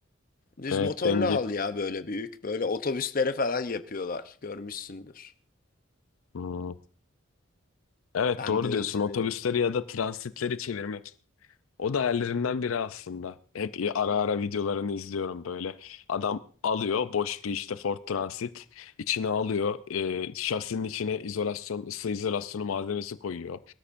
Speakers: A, on the left; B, on the left.
A: Düz
B: Evet
A: motorlu
B: denge.
A: al ya böyle büyük. Böyle otobüslere falan yapıyorlar. Görmüşsündür.
B: Hmm. Evet
A: Ben
B: doğru
A: de özleniyorum.
B: diyorsun. Otobüsleri ya da transitleri çevirmek. O da hayallerimden biri aslında. Hep ara ara videolarını izliyorum böyle. Adam alıyor boş bir işte Ford Transit. içine alıyor. E, şasinin içine izolasyon, ısı izolasyonu malzemesi koyuyor.